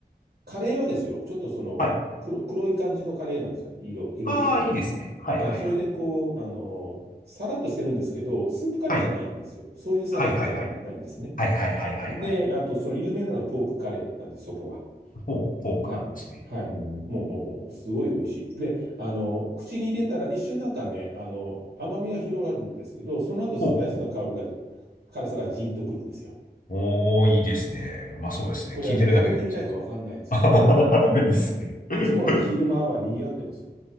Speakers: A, on the right; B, on the left.
A: カレーはですよ、ちょっとその黒、
B: はい。
A: 黒い感じのカレーなんですよ。色、色的には。
B: ああ、いいですね。はいはいはい。
A: はい。それでこう、あのーさらっとしてるんですけど、スープカレーじゃないんですよ。
B: はい。
A: そういうさらじゃない、
B: はいはいはい。
A: ないんですね。
B: はいはいはいはいはい。
A: で、あとその有名なのがポークカレーなんです、そこは。
B: ポー、ポークなんですね。
A: はい。はい。
B: おー、
A: もう、もう、すごい美味しい。で、あの、口に入れたら一瞬なんかね、あの、甘みが広がるんですけど、その後スパイスの香りが、
B: ポーク。
A: 辛さがジーンとくるんですよ。
B: おー、いいですね。うまそうですね。
A: これはね、
B: 聞いてるだけでもそうです。
A: 食べてみないとわかんないんですけど、
B: あー <laughs> いいっすね。<laughs>
A: いつも昼間は賑わってますよ。